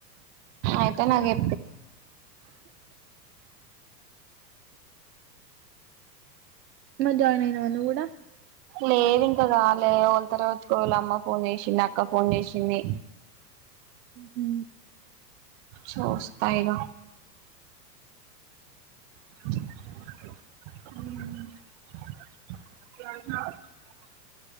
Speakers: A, on the right; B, on the right.
A: ఐతే నాకు.
B: మళ్ళ జాయిన్ అయినవ నువ్వు కూడా
A: లేదు ఇంకా కాలే ఓల్తోనో వాళ్ళు అమ్మ ఫోన్ చేసింది. అక్క ఫోన్ చేసింది.
B: ఉ
A: చూస్తా ఇక <inaudible>